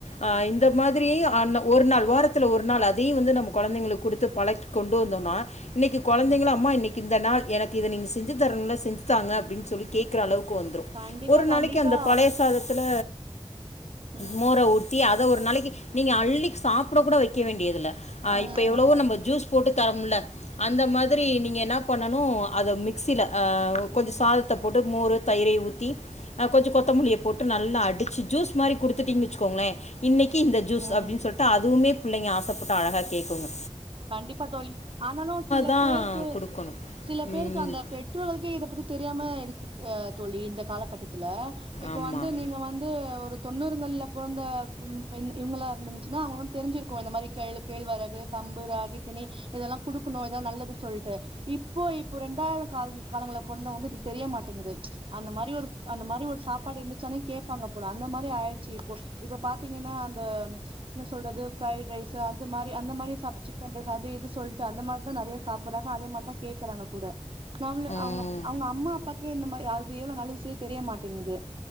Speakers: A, on the left; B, on the right.
A: அ இந்த மாதிரி அ ஒரு நாள் வாரத்தில ஒரு நாள் அதையு வந்து நம்ம கொழந்தைகளுக்கு குடுத்து பழகிக் கொண் டு வந்தோனா இன்னைக்கு கொழந்தைங்கல
B: ம்
A: அம்மா இன்னிக் இந்த நாள் எனக்கு இத நீங்க செஞ்சு தரணுல செஞ்சுத்தாங்க அப்படின் சொல்லி கேக்கற அளவுக்கு வந்துரு
B: கண்டிப்பா
A: ஒரு நாளைக்கு
B: கண்டிப்பா
A: அந்த பழைய சாதத்தில
B: ம்
A: மோர ஊ த்தி அத ஒரு நாளைக்கு நீங்க அள்ளி சாப்பிட கூட வெய்க்க வேண்டியதில்ல அ
B: ம்
A: இப்ப எவ்வளோ நம்ம ஜூஸ் போட்டு தரமுல்ல அந்த மாதிரி நீங்க என்னா பண்ணணு அத மிக்சில அ கொஞ்ச சாதத்த போட்டு மோரோ தயிரை ஊத்தி அ கொஞ்ச கொத்தமல்லிய போட்டு நல்லா அடிச்சு ஜூஸ் மாரி குடுத்துட்டீங் வெச்சுக்கோங்ளே இன்னக்கி இந்த ஜூஸ்
B: ம்
A: அப்டின் சொல்ட்டு அதுவுமே புள்ளைங்க ஆசப்பட்டு அழகா கேக்குங்க
B: கண்டிப்பா தோழி ஆனாலு சில
A: தான்
B: பேருக்கு
A: கொடுக்கணும்
B: சில பேருக்கு
A: ம்
B: அந்த பெற்றோருக்கே இத பத்தி தெரியாம இருக்கு அ தோழி இந்த காலகட்டத்தில இப்ப
A: ஆமாம்
B: வந்து நீங்க வந்து ஒரு தொண்ணூறுங்கள்ல பொறந்த ம் பெண் இவுங்களா இருந்துந்துச்சுன்னா அவுங்களுக் வந் தெரிஞ்சிருக்கு இந்த மாரி கேளு கேள்வரகு கம்பு ராகி தினை இதெல்லா குடுக்கணு இதா நல்லது சொல்ட்டு இப்போ இப்போ ரெண்டாயிரோ கால காலங்கள்ல பொறந்தவங்க இது தெரியமாட்டேங்குது அந்த மாரி ஒரு அந்த மாரி ஒரு சாப்பாடு இருந்துச்சானே கேப்பாங்க போல அந்த மாரி ஆயிடுச்சு இப்போ இப்ப பாத்தீங்கன்னா அந்த என்ன சொல்றது ஃபிரைட் ரைஸ் அந்த மாரி அந்த மாரி சா சிக்கன் ரைஸ் அது இது சொல்ட்டு அந்த மாரி தா நெறைய சாப்பட்றாங்க அதே மாரிதா கேக்குறாங்க கூட நம்ள
A: ம்
B: அவுங்க அவுங்க அம்மா அப்பாக்கே இந்த மாரி அவுது எவ்ளவு நல்லது சொல்லி தெரிய மாட்டேங்து